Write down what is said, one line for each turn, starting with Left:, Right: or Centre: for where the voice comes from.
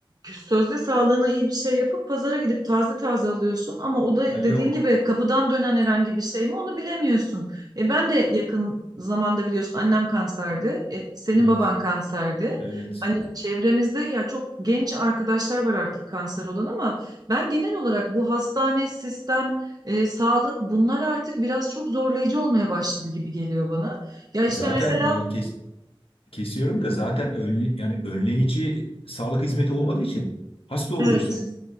Right: e, sözde sağlığına iyi bir şey yapıp pazara gidip taze taze alıyorsun ama o da
Left: Ay
Right: dediğin
Left: yok.
Right: gibi kapıdan dönen herhangi bir şey mi onu bilemiyorsun. E ben de yakın zamanda biliyorsun annem kanserdi. E, senin
Left: Evet.
Right: baban kanserdi.
Left: Evet.
Right: Hani çevremizde ya çok genç arkadaşlar var artık kanser olan ama ben genel olarak bu hastane, sistem, e, sağlık bunlar artık biraz çok zorlayıcı olmaya başladı gibi geliyor bana. Ya işte
Left: Zaten
Right: mesela
Left: e, kes- kesiyorum da zaten önle, yani önleyici sağlık hizmeti olmadığı için hasta oluyorsun.
Right: Evet,